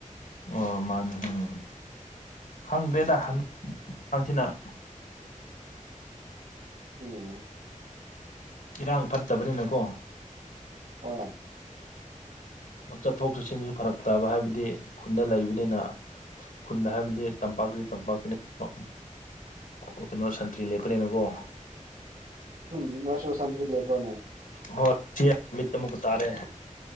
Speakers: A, on the left; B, on the right.
A: ꯑꯣ ꯃꯥꯅꯦ ꯎꯝ ꯈꯪꯗꯦꯗꯥ UNINTELLIGIBLE
B: ꯎꯝ
A: ꯏꯔꯥꯡ ꯐꯠꯇꯕꯅꯤꯅꯀꯣ
B: ꯍꯣꯏ
A: ꯆꯠꯊꯣꯛ ꯆꯠꯁꯤꯟꯁꯨ ꯐꯔꯛꯇꯕ ꯍꯥꯏꯕꯗꯤ ꯈꯨꯟꯗ ꯂꯩꯕꯅꯤꯅ ꯈꯨꯟ ꯍꯥꯏꯕꯗꯤ ꯇꯝꯄꯥꯛꯇꯒꯤ ꯇꯝꯄꯥꯛꯇꯅꯤ ꯑꯣ ꯎꯝ ꯀꯩꯅꯣ ꯁꯟꯇ꯭ꯔꯤ ꯂꯦꯞꯄꯅꯤꯅꯀꯣ
B: ꯎꯝ ꯃꯔꯁꯨ ꯁꯇ꯭ꯔꯤ ꯂꯦꯄ꯭ꯔꯣꯅꯦ
A: UNINTELLIGIBLE ꯇꯥꯔꯦ